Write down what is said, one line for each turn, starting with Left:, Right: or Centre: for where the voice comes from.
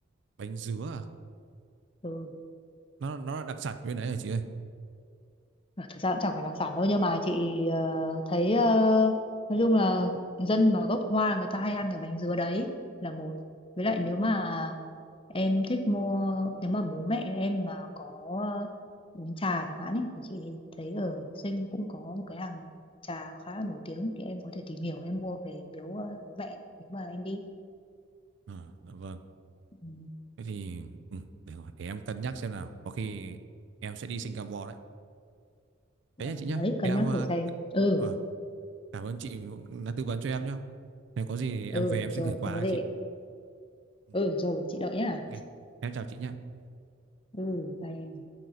Right: Bánh dứa à?
Left: ừ
Right: Nó nó là đặc sản bên đấy hả chị ơi?
Left: Ờ, Thật ra cũng chẳng phải đặc sản đâu nhưng mà chị ờ, thấy ờ, nói chung là dân mà gốc Hoa người ta hay ăn cái bánh dứa đấy là một. Với lại nếu mà em thích mua nếu mà bố mẹ em mà có ờ, uống trà chẳng hạn ấy thì chị thấy ở Sinh cũng có một cái hàng trà khá là nổi tiếng thì em có thể tìm hiểu em mua về biếu ờ, bố mẹ nếu mà em đi.
Right: Ờ, dạ vâng.
Left: Ừ.
Right: Thế thì ừ, để, rồi, để em cân nhắc xem nào. Có khi em sẽ đi Singapore đấy. Thế
Left: Ừ,
Right: nha chị nhá.
Left: Đấy cân
Right: Em
Left: nhắc
Right: à,
Left: thử xem.
Right: c-
Left: Ừ,
Right: ờ, cảm ơn chị đã tư vấn cho em nhá. Nếu có gì
Left: ừ
Right: em về em
Left: rồi
Right: sẽ gửi quà
Left: không có gì.
Right: cho chị. Ừ,
Left: Ừ rồi chị đợi nhá.
Right: Ok. Em chào chị nhá.
Left: Ừ bye. em.